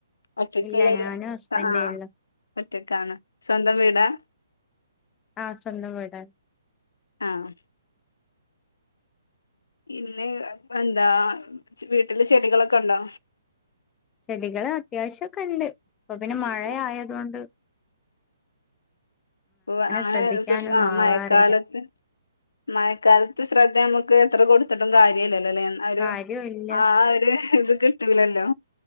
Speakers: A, on the left; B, on the left.
A: ഒറ്റക്കുള്ള
B: ഇല്ല ഞാനും ഹസ്ബൻഡേ
A: ആഹ്..
B: ഉള്ളു
A: ഒറ്റക്കാണ് സ്വന്തം വീടാ
B: ആഹ്.. സ്വന്തം വീടാണ്
A: ആഹ്.. പിന്നെ എന്താ വീട്ടില് ചെടികളൊക്കെ ഉണ്ടോ?
B: ചെടികള് അത്യാവശ്യം ക്കെ ഉണ്ട് അപ്പൊ പിന്നെ
A: ആഹ്
B: മഴ ആയത് കൊണ്ട്
A: ഓ അങ്ങനെ
B: ശ്രദ്ധിക്കാനൊന്നും
A: ആ
B: ആവാറില്ല
A: മഴക്കാലത്ത് മഴക്കാലത്ത് ശ്രദ്ധ നമുക്ക് എത്ര കൊടുത്തിട്ടും കാര്യല്ലല്ലോല്ലേ ഒരു
B: കാര്യവും ഇല്ല
A: ആ ഒരു ഇത് കിട്ടൂലല്ലോ...?